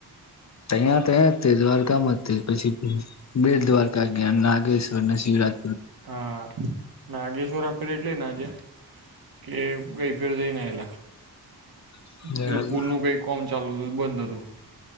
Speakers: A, on the left (about 45°); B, on the right (about 65°).
A: અહિયાયા તો એ તે દ્વારકામાં પછી બેટ દ્વારકા ગ્યા નાગેશ્વર ના શિવરાજ
B: હા. નાગેશ્વર આપડે એટલે ના ગયા કે ગઈ ફેર જઈને આએલા
A: ફર્યા
B: પેલું પુલનું કઈ કોમ ચાલુ હતું તો બંધ હતું.